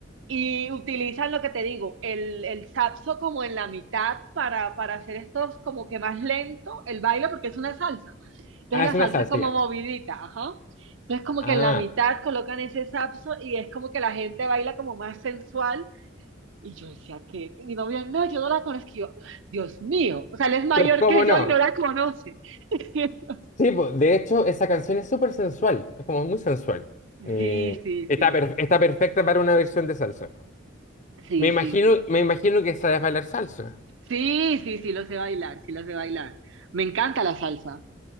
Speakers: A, on the right; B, on the left.
A: y utilizan lo que te digo, el, el saxo como en la mitad para, para hacer estos como que más lento el baile porque es una salsa. Entonces
B: Ah,
A: la
B: es una
A: salsa
B: salsa,
A: es como
B: ya.
A: movidita, ajá. Entonces como
B: Ah,
A: que en la mitad colocan ese sapso y es como que la gente baila como más sensual. Y yo decía que y mi novio, no, yo no la conozco. Y yo, Dios mío, o sea, él es mayor
B: pero ¿cómo
A: que yo
B: no?
A: y no la conoce. <laughs>
B: Sí, po, de hecho, esa canción es súper sensual, es como muy sensual. Eh,
A: Sí, sí,
B: está,
A: sí,
B: per- está perfecta para una versión de salsa.
A: sí,
B: Me imagino,
A: sí, sí.
B: me imagino que sabes bailar salsa.
A: Sí, sí, sí, lo sé bailar, sí lo sé bailar. Me encanta la salsa.